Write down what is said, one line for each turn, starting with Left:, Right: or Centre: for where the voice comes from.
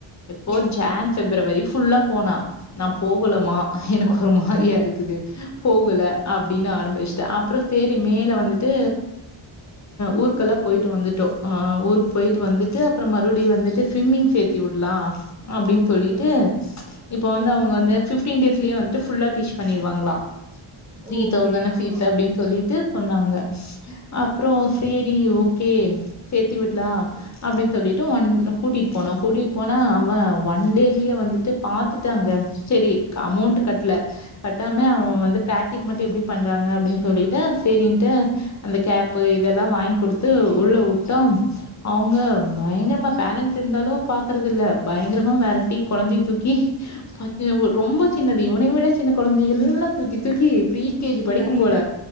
Left: எப்போ
Right: ம்
Left: ஜான்
Right: ம் ம்
Left: ஃபிப்ரவரி ஃபுல்லா போனா நா போகல மா
Right: ஓ,
Left: எனக்கு ஒரு மாரியா
Right: ஆ,
Left: இருக்குது போகல
Right: ஆ,
Left: அப்டின் ஆரம்பிச் டா
Right: ம்
Left: அப்பற சே மேல வந்துட்டு ஊருக்கெலா போயிட்டு வந்துட்டோ ஊருக்கு போயிட்டு வந்துட்டு அப்பற மறுபடி வந்துட்டு ஸ்விம்மிங் சேத்தி உடலா அப்டின் சொல்லிட்டு
Right: ம்
Left: இப்ப வந்து
Right: ம்
Left: அவுங்க வந்து
Right: ம்
Left: ஃபிஃப்டீன் டே ஸ்லயே வந்துட்டு ஃபுல்லா டீச் பண்ணிருவாங்ளா த்ரீ
Right: ஓகே
Left: தௌசண்ட்
Right: ஆமா
Left: ஃபீஸ் அப்டின் சொல்லிட்டு
Right: ம்
Left: சொன்னாங்க அப்றொ சேரி ஓகே சேத்தி விடலா
Right: ம்
Left: அப்டின் சொல்லிட் ட்டு ஒன் கூட்டிட் போனோ கூட்டிட் போனா அவ ஒன் டேலயே வந்துட்டு பாத்துட்டாங்க சரி அமௌண்ட் கட்ல கட்டாம
Right: ஆ
Left: அவ வந்து பிராக்டிஸ் மட்டு எப்டி பண்றா ங்க அப்டின் சொல்லிட்டு சரின்ட்டு அந்த கேப்பு இதெல்லா வாங்க்குடுத்து உள்ள உட்டோ அவுங்க பயங்கரமா பேரண்ட்ஸ் இருந்தாலு பாக்கறதில்ல பயங்கரமா வெரட்டி கொழந்தைய தூக்கி பச்ச ரொம்ப சின்னது இவனய விட சின்ன கொழந்தை எல்லா தூக்கி தூக்கி ப்ரீ கே ஜி ப
Right: தண்ணியில
Left: க்கும் போல